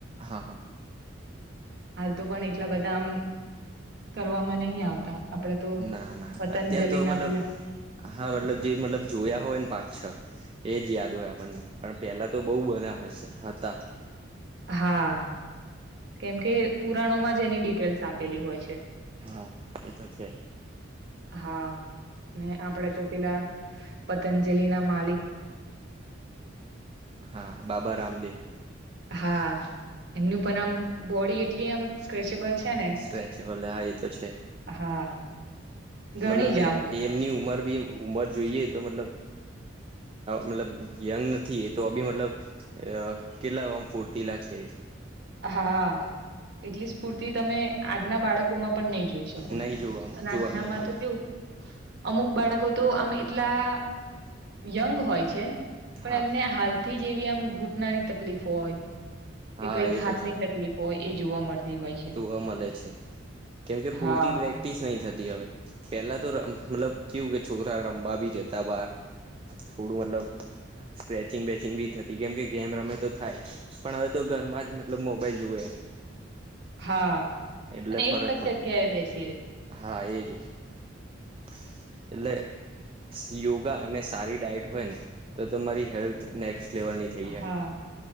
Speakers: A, on the right; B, on the right.
A: હા હા
B: હાલ તો પણ, એટલા બધા આમ કરવામાં નહી આવતા. આપડે તો
A: ના ના
B: પતંજલિ
A: અત્યાર તો,
B: ના
A: મતલબ
B: પેલા
A: હા, મતલબ જે મતલબ જોયા હોયને પાંચ, છ એજ યાદ હોય આપણને, પણ પેલા તો બહુ બધા હશે હતા.
B: હા કેમકે, પુરાણોમાં જ એની ડિટેલ્સ આપેલી હોય છે.
A: હા, એ તો છે.
B: હા ને આપડે તો, પેલા પતંજલી ના માલિક
A: હા બાબા રામદેવ!
B: હા એમનું પણ આમ બોડી એટલી આમ સ્ક્રેચેબલ છે ને
A: સ્ટ્રેચેબલ હા એ તો છે.
B: હા ઘણી
A: મતલબ
B: જ આમ
A: એમની ઉંમર બી ઉમર જોઈએ તો મતલબ મતલબ યંગ નથી એ તો અ બી મતલબ, કેટલામ ફૂર્તીલા છે.
B: હા, એટલી સ્પૂર્તિ તમે આજના બાળકો માં પણ નહી જોઈ શકો.
A: નહી જોવા
B: રાનામા
A: જોવા નહી મળે
B: તો કેવું અમુક બાળકો તો આમ એટલા યંગ હોય છે, પણ
A: હા
B: એમને હાલ થી જેવી આમ ઘૂટનાની તકલીફો હોય
A: હા
B: કંઈક
A: એ તો
B: હાથ
A: છે
B: ની તકલીફ હોય એ જોવા મળતી. હોય છે
A: જોવા મળે છે. કેમકે પૂરતી
B: હા
A: પ્રેક્ટિસ નહી થતી હવે, પેલા તો મતલબ ક્યુ કે છોકરા રમવા ભી જતા બહાર, થોડું મતલબ સ્ક્રેચિંગ વેચિંગ બી થતી કેમ કે ગેમ રમે તો થાય, પણ હવે તો ઘરમાં જ મતલબ મોબાઈલ જોવે. <inaudible>
B: હા
A: એટલે
B: અને
A: ફરક
B: એક
A: પડે,
B: જ જગ્યાએ બેસી રે
A: હા એજ. <inaudible> એટલે યોગા અને સારી ડાયટ હોય ને, તો તમારી હેલ્થ નેક્સ્ટ લેવલની થઈ જાય
B: હા,